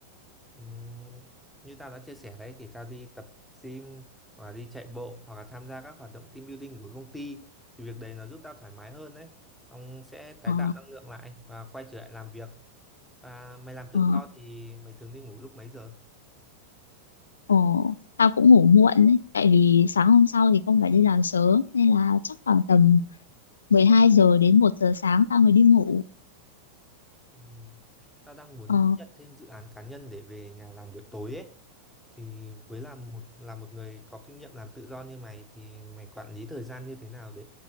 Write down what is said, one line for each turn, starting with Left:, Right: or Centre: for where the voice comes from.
Centre: Ừm, như tao đã chia sẻ đấy thì tao đi tập gym hoặc là đi chạy bộ hoặc là tham gia các hoạt động team building của công ty thì việc đấy nó giúp tao thoải mái hơn đấy. Ông sẽ tái
Left: Ờ,
Centre: tạo năng lượng lại và quay trở lại làm việc. Và mày làm
Left: ờ,
Centre: tự do thì mày thường đi ngủ lúc mấy giờ?
Left: ồ, tao cũng ngủ muộn đấy, tại vì sáng hôm sau thì không phải đi làm sớm nên là chắc khoảng tầm 12 giờ đến một giờ sáng tao mới đi ngủ.
Centre: Ừm, tao đang muốn
Left: Ờ,
Centre: nhận thêm dự án cá nhân để về nhà làm buổi tối ấy. Thì với làm một là một người có kinh nghiệm làm tự do như mày thì mày quản lý thời gian như thế nào để